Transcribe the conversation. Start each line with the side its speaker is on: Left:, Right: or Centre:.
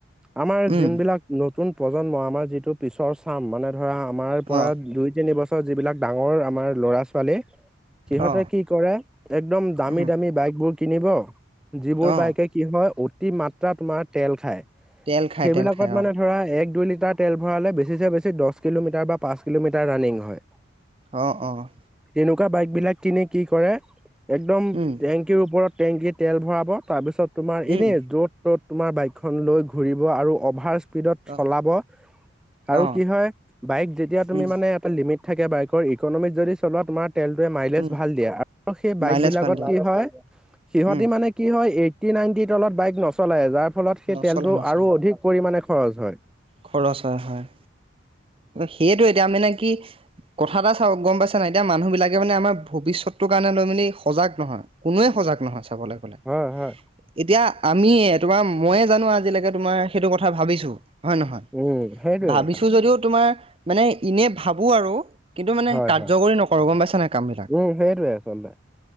Centre: আমাৰ
Right: উম
Centre: জোনবিলাক নতুন প্ৰজন্ম, আমাৰ যিটো পিছৰ চাম, মানে ধৰা আমাৰ পৰা
Right: অ
Centre: দুই-তিন বছৰ যিবিলাক ডাঙৰ আমাৰ ল'ৰা-ছোৱালী সিহঁতে
Right: অ
Centre: কি কৰে, একদম দামী-দামী
Right: উম
Centre: বাইকবোৰ কিনিব যিবোৰ
Right: অ
Centre: বাইকে কি হয়, অতি মাত্ৰা তোমাৰ তেল খায়,
Right: তেল খাই
Centre: সেইবিলাকত
Right: তেল খাই
Centre: মানে
Right: অ
Centre: ধৰা এক- দুই লিটাৰ তেল ভৰালে বেছিছে বেছি দহ কিলোমিটাৰ বা পাঁচ কিলোমিটাৰ ৰানিং হয়।
Right: অ, অ।
Centre: এনেকুৱা বাইকবিলাক কিনি কি কৰে একদম টেংক
Right: উম
Centre: টেংকিৰ ওপৰত টেংকি তেল ভৰাব, তাৰপাছত তোমাৰ এনে
Right: উম
Centre: য'ত-ত'ত তোমাৰ বাইকখন লৈ ঘূৰিব আৰু অভাৰ স্পীডত চলাব
Right: অ
Centre: আৰু
Right: অ
Centre: কি হয়, বাইক যেতিয়া তুমি
Right: উম
Centre: মানে এটা লিমিট থাকে বাইকৰ, ইকনমিক যদি চলোৱা তোমাৰ তেলটোৱে মাইলেজ
Right: উম
Centre: ভাল দিয়ে আৰু সেই বাইক
Right: মাইলেজ
Centre: বিলাকত
Right: ভাল দিয়া
Centre: কি হয় সিহতি
Right: উম
Centre: মানে- কি হয় এইটি নাইনটি তলত বাইক নচলায় যাৰ ফলত সেই
Right: নচলা
Centre: তেলটো
Right: নচলা
Centre: আৰু অধিক পৰিমাণে খৰচ হয়।
Right: খৰচ হয়ঁ হয়ঁ সেইয়টো এতিয়া মান নে কি? কথা এটা চাওক গম পাইছে নাই এতিয়া মানুহ বিলাকে মানে আমাৰ ভৱিষ্যতটোৰ কাৰণে লৈ মেলি সজাগ নহয়। কোনোৱে সজাগ নহয় চাবলৈ গ'লে।
Centre: হয় হয়
Right: এতিয়া আমিয়ে তোমাৰ মইে জানো আজিলৈকে তোমাৰ সেইটো কথা ভাবিছোঁ। হয়ঁ নহয়
Centre: উম সেইটোৱে
Right: ভাবিছো
Centre: কথা
Right: যদিও তোমাৰ মানে এনে ভাবো আৰু। কিন্তু মানে
Centre: হয়
Right: কাৰ্যকৰী
Centre: হয়
Right: নকৰো গম পাইছা নাই কাম বিলাক।
Centre: উম সেইটোৱে আচলতে